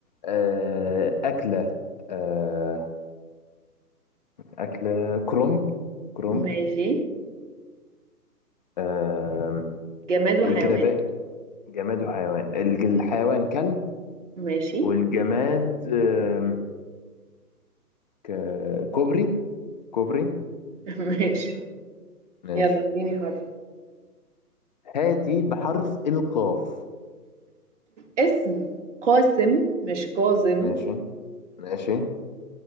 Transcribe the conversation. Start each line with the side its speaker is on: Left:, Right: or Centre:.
Left: آه أكلة آه أكلة كرومب كرومب
Right: ماشي
Left: آه
Right: جماد وحيوان
Left: إيه كده بقى جماد وحيوان الج- الحيوان كلب
Right: ماشي
Left: والجماد آه ك... كوبري كوبري
Right: <laughs> ماشي
Left: ماشي
Right: يلا اديني حرف
Left: هاتي بحرف القاف
Right: اسم قاسم مش كاظم
Left: ماشي ماشي